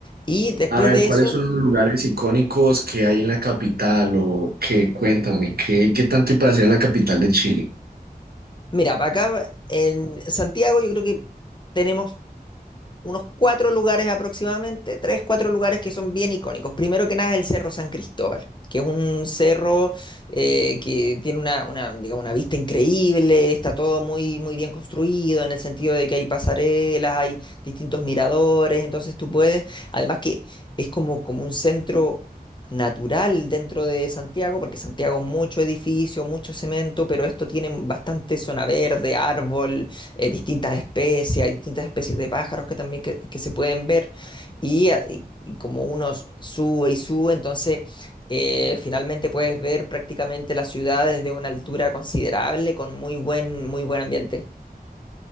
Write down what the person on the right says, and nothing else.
A ver,
¿cuáles
son los lugares icónicos que hay en la capital o qué? Cuéntame, ¿qué, qué tanto hay para hacer en la capital de Chile?